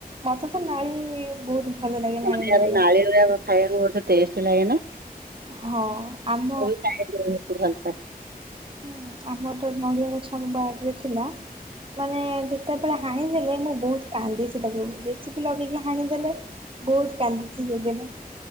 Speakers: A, on the right; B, on the right.
A: ମତେ ତ ନାଳି ବୋହୁତ ଭଲ ଲାଗେ ନାଳି
B: ନଡିଆର
A: ନଡିଆ।
B: ନାଳି ଗୁଡାକ ଖାଇବାକୁ ବୋହୁତ ଟେଷ୍ଟ ଲାଗେ ନା।
A: ହଁ। ଆମ
B: ମୁ ବି ଖାଇବାକୁ ବୋହୁତ ଭଲପାଏ।
A: ହଁ ଆମର ନଡ଼ିଆ ଗଛ ଆମ ବାଡ଼ିରେ ଥିଲା ମାନେ ଯେତେବେଳେ ହାଣିଦେଲେ ମୁଁ ବୋହୁତ କାନ୍ଦିଛି ତାକୁ ଜସିପି ଲଗେଇକି ହାଣିଦେଲେ। ବୋହୁତ କାନ୍ଦିଛି ସେଦିନ।